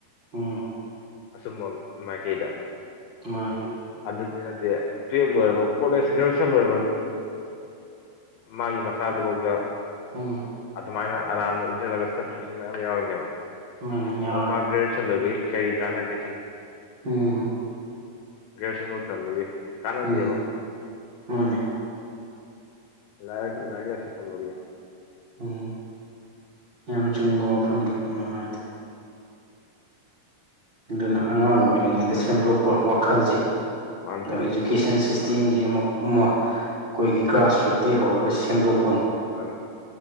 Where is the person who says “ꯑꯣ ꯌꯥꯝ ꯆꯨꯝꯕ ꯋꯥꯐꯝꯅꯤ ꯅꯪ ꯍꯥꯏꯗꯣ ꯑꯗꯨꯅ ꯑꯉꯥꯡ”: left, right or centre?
Right